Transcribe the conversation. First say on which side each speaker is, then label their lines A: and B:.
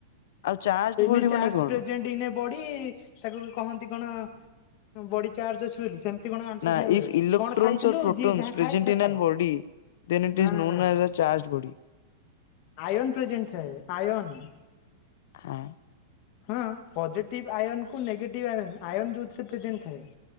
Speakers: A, on the left (about 60°); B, on the left (about 40°).
A: ଆଉ ଚାର୍ଜ
B: ଏନୀ
A: ବଡି
B: ଚାର୍ଜ
A: ମାନେ କଣ?
B: ପ୍ରେଜେଣ୍ଟ ଇେନେ ବଢ ତାକୁ କହନ୍ତି କଣ ବଡି ଚାର୍ଜ ଅଛି ବୋଲି ସେମତି କଣ ଆଂସ
A: ନା
B: ଦିଆ ହୁଏ
A: ଇଫ୍ ଇଲେକ୍ଟ୍ରୋନ୍ସ
B: କଣ ଖାଇଥିଲୁ
A: ଅର୍ ପ୍ରୋଟୋନ୍ସ
B: ଯିଏ ଯାହା
A: ପ୍ରେଜେଣ୍ଟ
B: ଖାଏ ସେଇଟା
A: ଇନ୍
B: ଖାଏ
A: ଆନ୍ ବଡି ଦେନ୍ ଇଟ୍
B: ନା
A: ଇଜ୍
B: ନା
A: known
B: ନା
A: as a charge body.
B: Ion present ଥାଏ ଆୟନ
A: ଖଏ
B: ହଁ ପଜିଟିଭ୍ ଆୟନକୁ ନେଗେଟିଭ୍ ଆୟନ୍ ଆୟନ୍ ଯେଉଁଥିରେ ପ୍ରେଜେଣ୍ଟ ଥାଏ